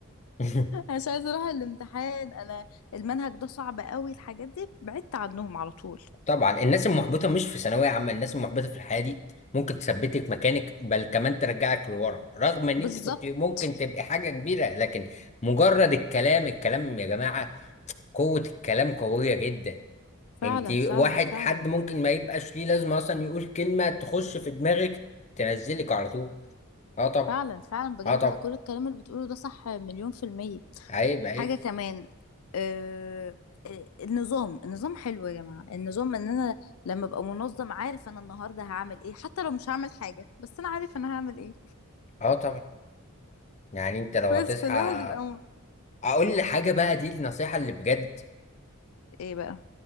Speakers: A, on the left (about 30°); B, on the left (about 80°).
A: مهم.
B: أنا مش عايزة اروح الامتحان انا المنهج ده صعب قوي الحاجات دي بعدت عنهم على طول
A: طبعا الناس المحبطه مش في ثانويه عامه الناس المحبطه في الحياه دي ممكن تثبتك مكانك بل كمان ترجعك لورا رغم ان
B: بالظبط
A: انت كنت ممكن تبقي حاجه كبيره لكن مجرد الكلام الكلام يا جماعه قوه الكلام قويه جدا
B: فعلا
A: انت واحد
B: فعلا فعلا
A: حد ممكن ما يبقاش ليه لازمه اصلا يقول كلمه تخش في دماغك تنزلك على طول اه طبعا
B: فعلا فعلا بجد
A: اه طبعا
B: لا كل الكلام اللي بتقوله ده صح مليون في المية
A: عيب عيب
B: حاجة كمان آه آه، النظام النظام حلو يا جماعة النظام ان انا لما ابقى منظم عارف انا النهاردة هعمل ايه حتى لو مش هعمل حاجة بس انا عارف انا هعمل ايه
A: اه طبعا يعني انت لو
B: بس
A: هتصحى
B: فالواحد يبقى م...
A: اقول لحاجه بقى دي النصيحه اللي بجد
B: ايه بقى